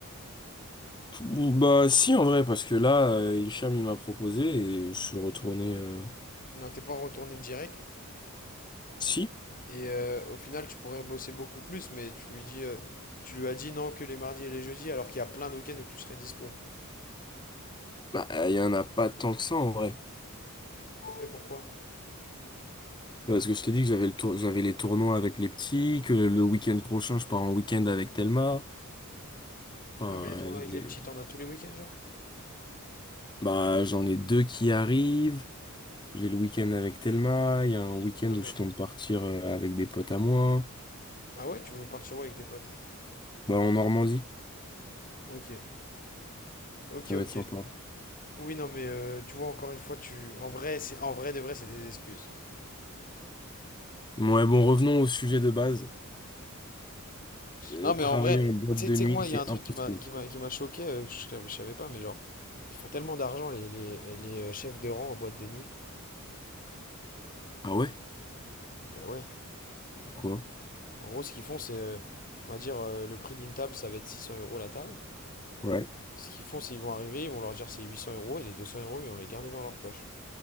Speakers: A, on the left (about 20°); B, on the left (about 40°).
A: Ou- Bah si en vrai parce que là euh, Hicham il m'a proposé et je suis retourné euh,
B: Non, t'es pas retourné direct.
A: si
B: Et euh, au final, tu pourrais bosser beaucoup plus, mais tu lui dis, euh, tu lui as dit non que les mardis et les jeudis, alors qu'il y a plein de week-ends où tu serais dispo.
A: bah euh, il y en a pas tant que ça en vrai
B: Mais pourquoi?
A: parce que je t'ai dit que j'avais le tour... j'avais les tournois avec les petits que le week-end prochain je pars en week-end avec Thelma enfin
B: Non, mais les tournois
A: il
B: avec les
A: est-
B: petits, t'en as tous les week-ends, genre?
A: bah j'en ai deux qui arrivent j'ai le week-end avec Thelma il y a un week-end
B: Non,
A: où
B: mais.
A: je compte partir euh, avec des potes à moi
B: Ah ouais, tu veux partir où avec tes potes?
A: bah en Normandie
B: Ok. Ok,
A: ça
B: ok.
A: va être sympa
B: Oui, non, mais euh, tu vois, encore une fois, tu. En vrai, c'est en vrai de vrai, c'est des excuses.
A: ouais bon revenons au sujet de base Euh,
B: Non, mais
A: travailler
B: en vrai,
A: en boîte
B: tu
A: de
B: sais tu sais
A: nuit
B: que moi, il
A: c'est
B: y a un truc
A: impossible
B: qui m'a qui m'a qui m'a choqué, euh, que je, savais je savais pas, mais genre, ils font tellement d'argent, les, les, les, euh, chefs de rang en boîte de nuit.
A: ah ouais
B: Ben ouais.
A: Pourquoi
B: En gros, ce qu'ils font, c'est, euh, on va dire, euh, le prix d'une table, ça va être 600 euros la table.
A: Ouais.
B: Ce qu'ils font, c'est ils vont arriver, ils vont leur dire c'est 800 euros, et les 200 euros, ils vont les garder dans leur poche.